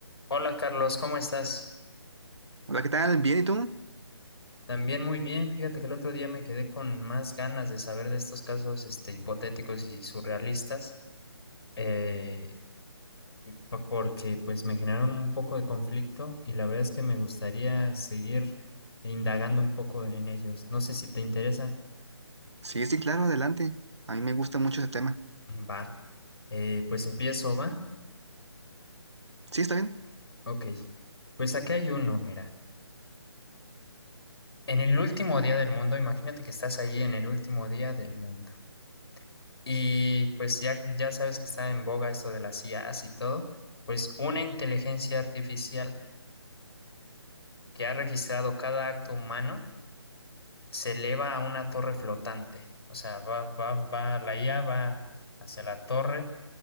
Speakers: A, on the left (about 65°); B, on the right (about 75°).
A: Hola Carlos, ¿cómo estás?
B: Hola, ¿qué tal? ¿Bien y tú?
A: También muy bien, fíjate que el otro día me quedé con más ganas de saber de estos casos este, hipotéticos y surrealistas, eh, po- porque pues me generaron un poco de conflicto y la verdad es que me gustaría seguir indagando un poco en ellos. No sé si te interesa.
B: Sí, sí, claro, adelante. A mí me gusta mucho ese tema.
A: Va, eh, pues empiezo, ¿va?
B: ¿Sí, está bien?
A: Ok, pues aquí hay uno, mira. En el último día del mundo, imagínate que estás ahí en el último día del mundo. Y pues ya que ya sabes que está en boga esto de las IAs y todo, pues una inteligencia artificial que ha registrado cada acto humano se eleva a una torre flotante. O sea, va, va, va, la IA va hacia la torre,